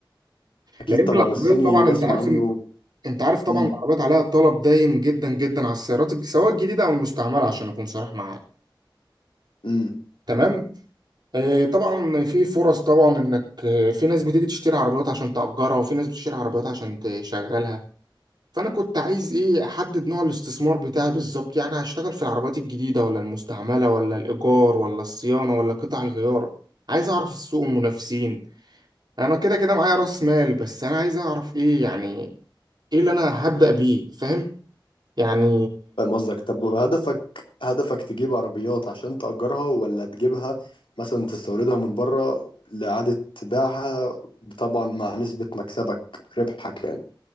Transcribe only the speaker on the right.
لان
العربيات
طبعا
انت عارف
انت عارف طبعا
العربيات عليها طلب دايم جدا جدا على السيارات سواء الجديده او المستعمله عشان اكون صريح معاك
تمام آه طبعا في فرص طبعا انك آه، في ناس بتيجي تشتري عربيات عشان تأجرها وفي ناس بتشتري عربيات عشان تشغلها فانا كنت عايز ايه احدد نوع الاستثمار بتاعي بالظبط يعني هشتغل في العربيات الجديده ولا المستعمله ولا الايجار ولا الصيانه ولا قطع الغيار عايز اعرف السوق والمنافسين انا كده كده معايا راس مال بس انا عايز اعرف ايه يعني ايه اللي انا هبدأ بيه فاهم يعني